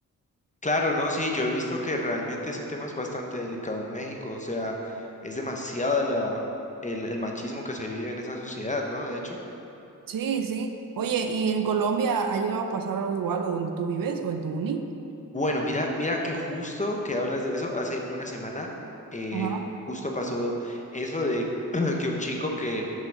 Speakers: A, on the left; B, on the right.
A: Claro, no, sí, yo he visto que realmente ese tema es bastante delicado en México, o sea, es demasiado la, el, el machismo que se vive en esa sociedad, ¿no? De hecho.
B: Sí, sí. Oye, ¿y en Colombia ha llegado a pasar algo igual o donde tú vives o en tu uni?
A: Bueno, mira, mira que justo que hablas de eso, hace una semana eh,
B: Ajá.
A: justo pasó eso de <clears throat> que un chico que